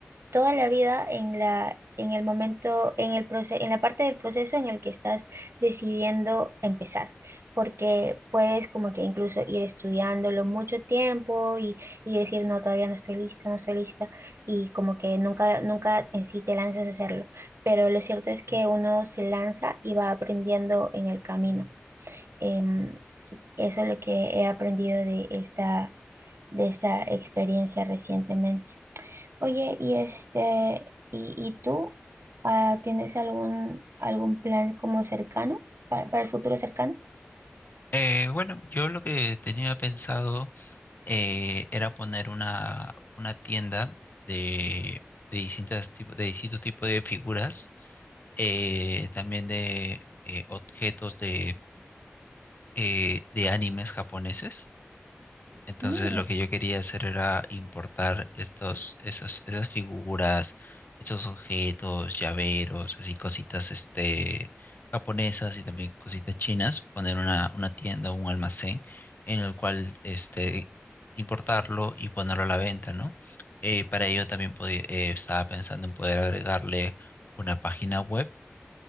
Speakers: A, on the right; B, on the left.
A: toda la vida en la, en el momento, en el proceso, en la parte del proceso en el que estás decidiendo empezar, porque puedes como que incluso ir estudiándolo mucho tiempo y, y decir, no, todavía no estoy lista, no estoy lista, y como que nunca, nunca en sí te lanzas a hacerlo, pero lo cierto es que uno se lanza y va aprendiendo en el camino. Em, eso es lo que he aprendido de esta, de esta experiencia recientemente. Oye, y este, y, y tú, ah, ¿tienes algún algún plan como cercano para, para el futuro cercano?
B: Eh, bueno, yo lo que tenía pensado eh, era poner una, una tienda de, de distintas tipo- de distintos tipos de figuras, eh, también de eh, objetos de, eh, de animes japoneses. Entonces
A: Mm,
B: lo que yo quería hacer era importar estos, esas, esas figuras, estos objetos, llaveros, así cositas este japonesas y también cositas chinas, poner una, una tienda, un almacén en el cual este importarlo y ponerlo a la venta, ¿no? Eh, para ello también podí- eh, estaba pensando en poder agregarle una página web